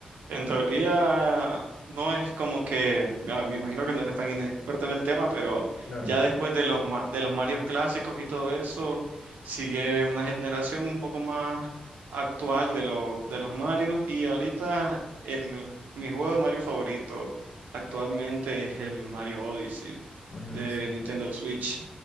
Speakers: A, on the right; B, on the left.
A: En teoría, no es como que, ah, me imagino que no eres tan inexperto en el tema, pero
B: Claro.
A: ya después de los, ma- de los Marios clásicos y todo eso, sigue una generación un poco más actual de, lo- de los Marios y ahorita el, mi juego de Mario favorito actualmente es el Mario Odyssey
B: Mario
A: de
B: Odyssey.
A: Nintendo Switch.